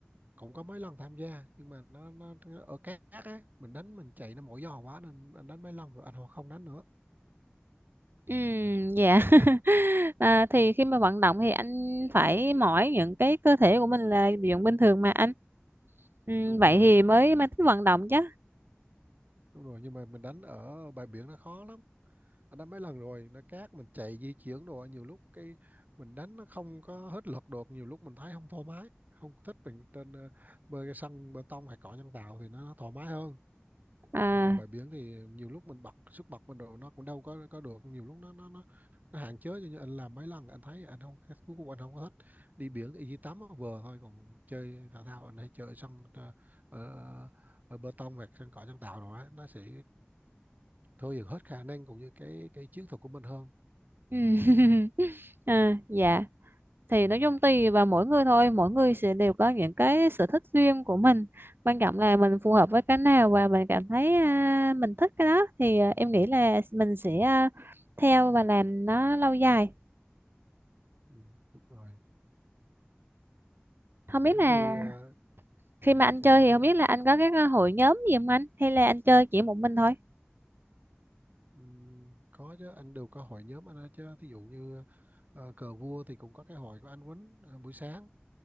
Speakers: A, on the right (about 45°); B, on the right (about 60°).
A: cũng có mấy lần tham gia nhưng mà nó nó, nó ở cát á mình đánh mình chạy nó mỏi giò quá nên anh đánh mấy lần rồi anh không đánh nữa
B: Ừ, dạ <laughs> à, thì khi mà vận động thì anh phải mỏi những cái cơ thể của mình là dụng bình thường mà anh ừ,
A: đúng
B: vậy
A: rồi
B: thì mới mới thích vận động chứ
A: đúng rồi nhưng mà mình đánh ở bãi biển nó khó lắm anh đánh mấy lần rồi nó cát mình chạy di chuyển đồ nhiều lúc cái mình đánh nó không có hết lực được nhiều lúc mình thấy không thoải mái không thích mình trên ờ, bơi cái sân bê tông hay cỏ nhân tạo thì nó thoải mái hơn
B: à
A: còn ở bãi biển thì nhiều lúc mình bật sức bật mình đồ nó cũng đâu có có được nhiều lúc nó nó nó, nó hạn chế cho nên anh làm mấy lần anh thấy anh không cuối cùng anh không có thích đi biển thì chỉ tắm nó vừa thôi còn chơi thể thao anh hay chơi sân ờ, ở, ở bê tông hoặc sân cỏ nhân tạo rồi á nó sẽ thôi dần hết khả năng cũng như cái cái chiến thuật của mình hơn
B: ừ. <laughs> à, dạ thì nói chung tùy vào mỗi người thôi mỗi người sẽ đều có những cái sở thích riêng của mình quan trọng là mình phù hợp với cái nào và mình cảm thấy à, mình thích cái đó thì à, em nghĩ là mình sẽ à, theo và làm nó lâu dài
A: ừ, đúng rồi
B: không
A: giống
B: biết là
A: như ờ,
B: khi
A: ừ,
B: mà anh
A: em
B: chơi
A: nói
B: thì không
A: đi
B: biết là anh có các à, hội nhóm gì không anh hay là anh chơi chỉ một mình thôi
A: ừ, có chứ anh đều có hội nhóm anh hết chứ thí dụ như ờ, cờ vua thì cũng có cái hội của anh Quýnh ờ, buổi sáng